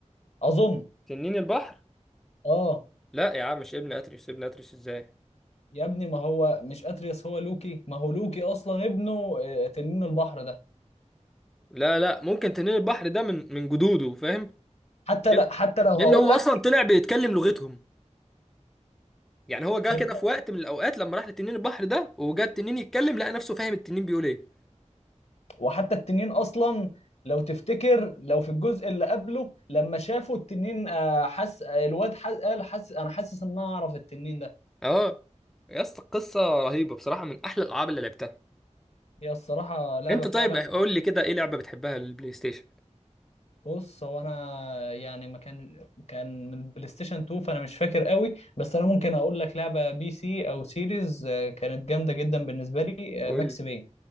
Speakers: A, on the left (about 60°); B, in the centre.
A: اظن
B: تنين البحر
A: اه
B: لا يا عم مش ابن اتريس ابن اتريس ازاي
A: يا ابني ما هو مش اتريس هو لوكي ما هو لوكي اصلا ابنه آه، تنين البحر ده
B: لا لا ممكن تنين البحر ده من من جدوده فاهم
A: حتى
B: لان
A: لا حتى لو
B: لأن
A: هقول
B: هو
A: لك
B: اصلا طلع بيتكلم لغتهم يعني هو جه
A: صدق
B: كده في وقت من الاوقات لما راح لتنين البحر ده وجا التنين يتكلم لقى نفسه فاهم التنين بيقول ايه
A: وحتى التنين اصلا لو تفتكر لو في الجزء اللي قبله لما شافوا التنين آه، حس آه، الواد حس قال حس انا حاسس ان انا اعرف التنين ده
B: اه يا اسطى القصه رهيبه بصراحه من احلى الالعاب اللي لعبتها
A: هي الصراحة لعبة
B: انت
A: فعلا
B: طيب قول لي كده ايه لعبه بتحبها للبلاي ستيشن
A: بص هو انا يعني ما كان كان من بلاي ستيشن 2 فانا مش فاكر قوي بس انا ممكن اقول لك لعبه بي سي او سيريز آه، كانت جامده جدا بالنسبه لي
B: قول
A: آه، ماكس
B: لي
A: بين